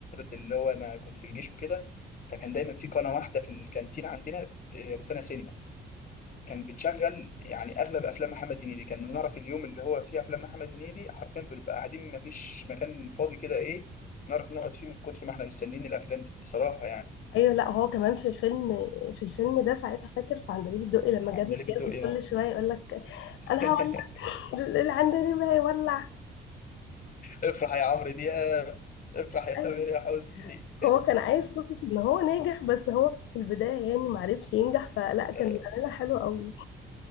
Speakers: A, on the left; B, on the left.
A: اللي هو انا كنت في الجيش وكده فكان دايما في قناة واحدة في الكانتين عندنا آه، روتانا سينما كان بتشغل يعني اغلب افلام محمد هنيدي كان نعرف اليوم اللي هو فيه افلام محمد هنيدي حرفيا بنبقى قاعدين ما فيش مكان فاضي كده ايه نعرف نقعد فيه من كتر ما احنا مستنيين الافلام دي بصراحه يعني
B: ايوه لا هو كمان في الفيلم في الفيلم ده ساعتها فاكر في عندليب الدقي لما جاب
A: عندليب
B: الجاز
A: الدقي
B: كل
A: اهو
B: شويه يقول لك انا
A: <laughs>
B: هولع العندليب هيولع
A: افرح يا عمرو دياب افرح يا تامر
B: أيوة.
A: يا حسني
B: هو كان عايش قصة ان هو ناجح بس هو في البداية يعني معرفش ينجح فلا كان
A: <laughs>
B: عاملها حلو قوي